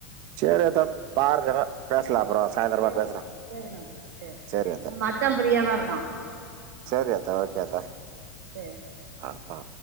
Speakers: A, on the right (about 45°); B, on the right (about 65°).
A: சேரி அத்த பார்குறே பேசலா அப்பறோ சாயந்தரமா
B: சேரி
A: பேசுறே
B: மேம் சேரி மேம் சேரி
A: செரி ஆத்தா
B: உங்க மச்சா
A: ம்
B: ஃப்ரீயா தா இருக்கா
A: செரி ஆத்தா ஓகே ஆத்தா
B: சேரி
A: ஆ ஆ